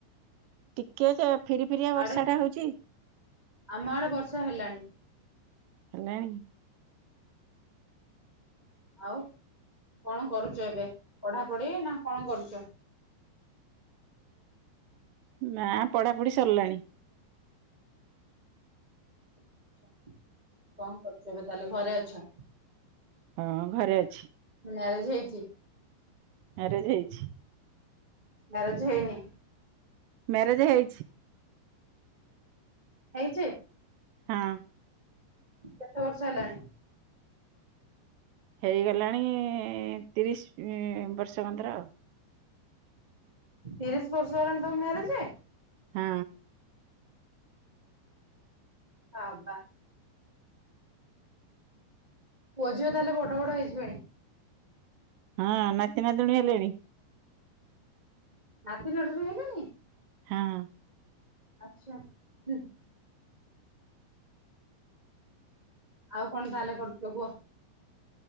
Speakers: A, on the right (about 80°); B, on the right (about 45°).
A: ଟିକେ ରେଫ୍ ଫିର୍ ଫିରିଆ ବର୍ଷା
B: ଆଡେ
A: ଟା ହେଉଛି
B: ଆମ ଆଡେ ବର୍ଷା ହେଲାଣି
A: ହେଲାଣି
B: ଆଉ କଣ କରୁଛ ଏବେ ପଢ଼ାପଢ଼ି ନା କଣ କରୁଛ?
A: ନା ପଢ଼ାପଢ଼ି ସରିଲାଣି।
B: ଆଛା କଣ କରୁଛ ଏବେ ତାହଲେ ଘରେ ଅଛ?
A: ହଁ ଘରେ ଅଛି।
B: ମ୍ୟାରେଜ୍‌ ହେଇଛି?
A: ମ୍ୟାରେଜ୍‌ ହେଇଛି।
B: ମ୍ୟାରେଜ୍‌ ହେଇନି?
A: ମ୍ୟାରେଜ୍‌ ହେଇଛି।
B: ହେଇଛି?
A: ହଁ।
B: କେତେ ବର୍ଷ ହେଲାଣି?
A: ହେଇଗଲାଣି ତିରିଶି ବର୍ଷ କନ୍ତର ଆଉ।
B: ତିରିଶି ବର୍ଷ ହେଲାଣି ତମ ମ୍ୟାରେଜ୍‌?
A: ହୁଁ।
B: ହଁ ବା। ପୁଅ ଝିଅ ତାହେଲେ ବଡ଼ବଡ଼ ହେଇଯିବେଣି?
A: ହଁ ନାତି ନାତୁଣୀ ହେଲେଣି।
B: ନାତି ନାତୁଣୀଡ ହେଲେଣି?
A: ହଁ।
B: ଆଛା ହୁ। ଆଉ କଣ ତାହେଲେ କରୁଛ କୁହ?